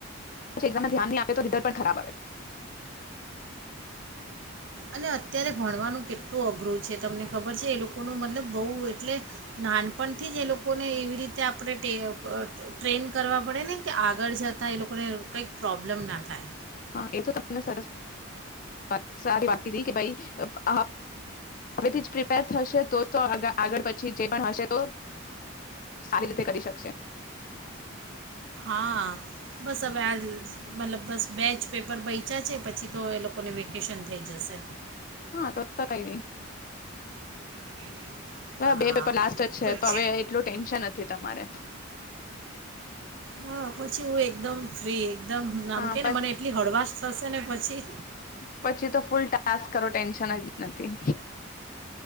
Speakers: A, on the left; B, on the right.
A: ામ્યાન આપ તોધર પણ ખરાબ આવ <unintelligible>
B: અને અત્યારે ભણવાનું કેટલું અઘરું છે તમને ખબર છે, એ લોકોનું મતલબ બહુ એટલે નાનપણથી જ એ લોકોને એવી રીતે આપણે ટેવ અહ ટ્રેન કરવા પડે ને કે આગળ જતાં એ લોકોને કંઈક પ્રોબ્લેમ ના થાય
A: હા એ તો તમે <unintelligible> વાત સારી વાત કીધી કે ભઈ હા, હવેથી જ ટ્રિટ <unintelligible> થશે તો જ તો આગળ-આગળ પછી જે પણ હશે તો, તો સારી રીતે કરી શકશે.
B: હા. બસ હવે આ મતલબ બસ બે જ પેપર બયચા છે, પછી તો એ લોકોને વેકેશન થઈ જશે.
A: હા <unintelligible>
B: <inaudible>
A: હવે
B: હા.
A: બે પેપર લાસ્ટ જ છે
B: પછ
A: તો હવે એટલું ટેન્શન નથી તમારે
B: હા, પછી હું એકદમ ફ્રી. એકદમ આમ
A: હા
B: કેને
A: પ-
B: મને એટલી હળવાશ થશે ને પછી
A: પછી તો ફૂલ ટાસ્ક કરો ટેન્શન જ નથી.